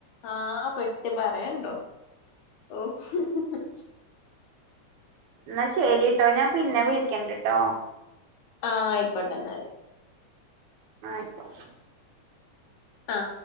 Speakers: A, on the left (about 75°); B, on the right (about 70°).
A: ആ പെട്ട് പറയണ്ടോ ഓ ഹ് ഹ്
B: ന്നാ ശരിട്ടോ ഞാൻ പിന്നെ വിളിക്കണ്ട്ട്ടോ
A: ആയിക്കോട്ടെന്നാല്
B: ആ ആയ്കോട്ടെ
A: ആ